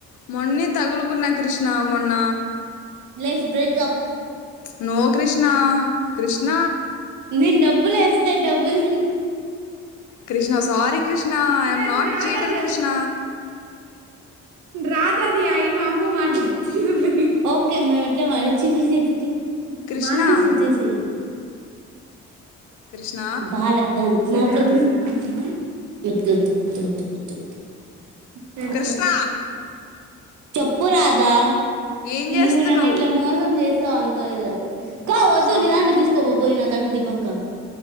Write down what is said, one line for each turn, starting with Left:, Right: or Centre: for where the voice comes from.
Left: మొన్నే తగులుకున్నా కృష్ణ మొన్న
Right: let's breakup
Left: no Krishna Krishna
Right: నెన్ డబ్బులు ఎస్తా డబ్బుల్
Left: Krishna sorry Krishna I
Right: may
Left: am
Right: అది
Left: నాట్
Right: రాదు
Left: చీటర్
Right: అది
Left: కృష్ణ
Right: రాదది అయిన్ మా మము మాట్లాడుతది ఓకే మ్మె ఛీఛీ పెట్టెయ్
Left: కృష్ణ
Right: బానే తీసేచ్చేసేయ్
Left: కృష్ణ
Right: బాలే అది <unintelligible> <unintelligible> వద్దు వద్దు పెడతా
Left: కృష్ణ
Right: స్నాప్ చెప్పు రాధా
Left: ఏం చేస్తున్నావు
Right: నువ్వు నన్ను ఇట్లా మోసం చేస్ అనుకోలేదు రాదు క్కో వద్దు
Left: సా
Right: నీ దాంట్లో తీసుకోపో పోయి నాదాంట్లో దిబక్క